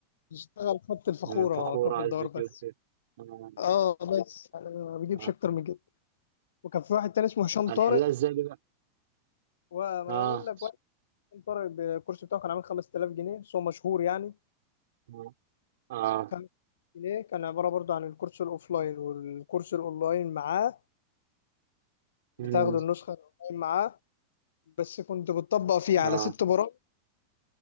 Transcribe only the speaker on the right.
مم، فخورة
عايز
بتيوت
كده آه،
آه.
هنحلها
ازاي دي بقى
اه
اه اه
مم،
اه